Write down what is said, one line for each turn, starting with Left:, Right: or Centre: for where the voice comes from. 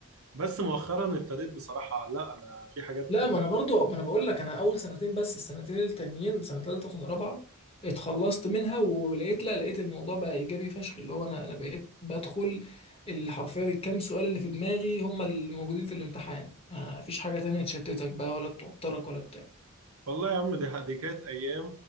Right: بس مؤخرا ابتديت بصراحه لا انا في حاجات
Left: لا
Right: كتير
Left: ما انا برضو ما انا بقول لك انا اول سنتين بس السنتين التانيين سنه ثالثه وسنه رابعه اتخلصت منها ولقيت لا لقيت الموضوع بقى ايجابي فشخ اللي هو انا انا بقيت بدخل اللي حرفيا الكام سؤال اللي في دماغي هم اللي موجودين في الامتحان ما فيش حاجه تانية تشتتك بقى ولا توترك ولا بتاع
Right: والله يا عم دي دي كانت ايام